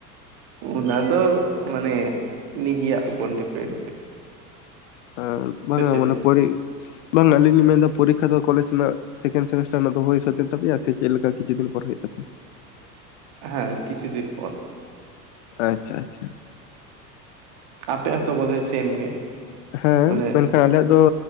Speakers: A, on the right; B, on the left.
A: ᱚᱱᱟ ᱫᱚ ᱢᱟᱱᱮ ᱱᱤᱡᱮᱭᱟᱜ ᱩᱯᱚᱨ ᱰᱤᱯᱮᱱᱰ᱾
B: ᱮᱸ ᱵᱟᱝᱟ
A: ᱥᱮ ᱪᱮᱫ
B: ᱢᱟᱱᱮ ᱯᱚᱨᱤ ᱵᱟᱝᱟ ᱟᱹᱞᱤᱧ ᱞᱤᱧ ᱢᱮᱱᱫᱟ ᱯᱚᱨᱤᱠᱠᱷᱟ ᱫᱚ ᱠᱚᱞᱮᱡᱽ ᱨᱮᱱᱟᱜᱼᱼ ᱥᱮᱠᱮᱱᱰ ᱥᱮᱢᱤᱥᱴᱟᱨ ᱨᱮᱱᱟᱜ ᱫᱚ ᱦᱳᱭ ᱥᱟᱹᱛ ᱮᱱ ᱛᱟᱯᱮᱭᱟ ᱥᱮ ᱪᱮᱫ ᱞᱮᱠᱟ ᱠᱤᱪᱷᱩ ᱫᱤᱱ ᱯᱚᱨᱮ ᱦᱳᱭᱳᱜ ᱛᱟᱯᱮᱭᱟ?
A: ᱦᱮᱸ ᱠᱤᱪᱷᱩ ᱫᱤᱱ ᱯᱚᱨ᱾
B: ᱟᱪᱪᱷᱟ ᱟᱪᱪᱷᱟᱼᱼ
A: ᱟᱯᱮᱭᱟᱜ ᱦᱚᱸᱛᱚ ᱵᱳᱫᱷᱚᱭ ᱥᱮᱢ ᱜᱮ!
B: ᱦᱮᱸ
A: ᱢᱟᱱᱮ
B: ᱢᱮᱱᱠᱷᱟᱱ ᱟᱞᱮᱭᱟᱜ ᱫᱚ